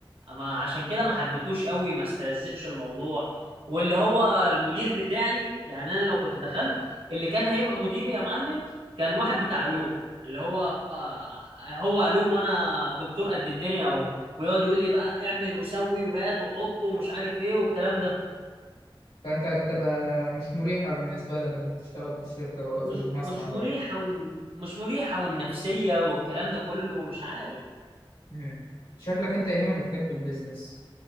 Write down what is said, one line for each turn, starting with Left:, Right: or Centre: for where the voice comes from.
Right: اما عشان كده ما حبيتوش قوي ما استلذتش الموضوع واللي هو المدير بتاعي يعني انا لو كنت دخلت اللي كان هيبقى مديري يا معلم كان واحد بتاع علوم اللي هو هو علوم وانا دكتور قد الدنيا و... ويقعد يقول لي بقى اعمل وسوي وهات وحط ومش عارف ايه والكلام ده
Left: فانت هتبقى مش مريحة بالنسبة لك انك تشتغل في الشركة
Right: مش
Left: في المصنع
Right: مش
Left: برضه
Right: مريحة وال... مش مريحة والنفسية والكلام ده كله ومش عارف
Left: مم. شكلك انت يا هيما بتحب البيزنس